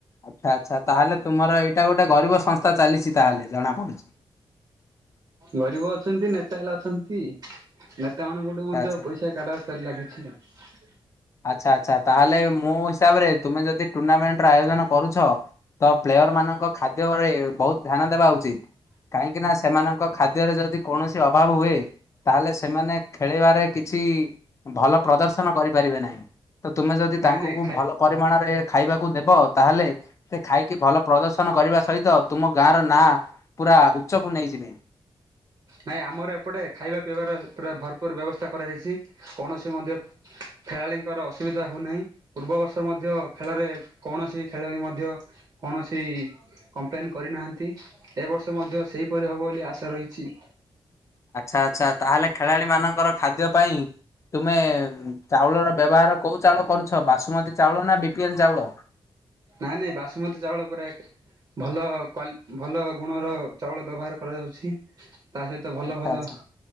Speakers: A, on the left (about 30°); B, on the right (about 45°).
A: ଆଚ୍ଛା ଆଚ୍ଛା ତାହେଲେ ତୁମର ଏଇଟା ଗୋଟେ ଗରିବ ସଂସ୍ଥା ଚାଲିଛି ତାହେଲେ। ଜଣା ପଡୁଛି
B: ଗରିବ ଅଛନ୍ତି ନେତା ହେଲେ ଅଛନ୍ତି ନେତା ମାନଙ୍କଠୁ ମଧ୍ୟ
A: ଆଚ୍ଛା।
B: ପଇସା କାଢା ବାରେ ଲାଗିଛି ଆଉ।
A: ଆଚ୍ଛା ଆଚ୍ଛା ତାହେଲେ ମୋ ହିସାବରେ ତୁମେ ଯଦି ଟୁର୍ଣ୍ଣାମେଣ୍ଟର ଆୟୋଜନ କରୁଛ ତ ପ୍ଲେୟର ମାନଙ୍କ ଖାଦ୍ୟରେ ବହୁତ ଧ୍ୟାନ ଦେବା ଉଚିତ କାହିଁକି ନା ସେମାନ ଖାଦ୍ୟରେ ଯଦି କୌଣସି ଅଭାବ ହୁଏ। ତାହେଲେ ସେମାନେ ଖେଳିବାରେ କିଛି ଭଲ ପ୍ରଦର୍ଶନ କରିପାରିବେ ନାହିଁ। ତ ତୁମେ ଯଦି
B: ନାଇଁ
A: ତାଙ୍କୁକୁ
B: ନାଇଁ ଖାଇ
A: ଭଲ ପରିମାଣରେ ଖାଇବାକୁ ଦେବ ତାହେଲେ ସେ ଖାଇକି ଭଲ ପ୍ରଦର୍ଶନ କରିବା ସହିତ ତୁମ ଗାଁର ନାଁ ପୁରା ଉଚ୍ଚକୁ ନେଇଯିବେ।
B: ନାଇଁ ଆମର ଏପଟେ ଖାଇବା ପିଇବାର ପୁରା ଭର ଭରପୂର ବ୍ୟବସ୍ଥା କରାଯାଇଛି। କୌଣସି ମଧ୍ୟ ଖେଳାଳିଙ୍କର ଅସୁବିଧା ହଉନାହିଁ ପୂର୍ବବର୍ଷ ମଧ୍ୟ ଖେଳରେ କୌଣସି ଖେଳାଳି ମଧ୍ୟ କୌଣସି କମ୍ପ୍ଲେନ କରିନାହାନ୍ତି ଏ ବର୍ଷ ମଧ୍ୟ ସେହିପରି ହବ ବୋଲି ଆଶା ରହିଛି।
A: ଆଚ୍ଛା ଆଚ୍ଛା ତାହେଲେ ଖେଳାଳି ମାନଙ୍କର ଖାଦ୍ୟ ପାଇଁ ତୁମେ ଚାଉଳର ବ୍ୟବହାର କଉ ଚାଉଳ କରୁଛ ବାସୁମତୀ ଚାଉଳ ନା ବି ପି ଏଲ୍ ଚାଉଳ?
B: ନାଇଁ ନାଇଁ ବାସୁମତୀ ଚାଉଳ ପରା ଏକ। ଭଲ କ୍ୱାଲି ଭଲ ଗୁଣର ଚାଉଳ ବ୍ୟବହାର କରାଯାଉଛି। ତା ସହିତ ଭଲ
A: ଆଚ୍ଛା
B: ଭଲ
A: ଆଚ୍ଛା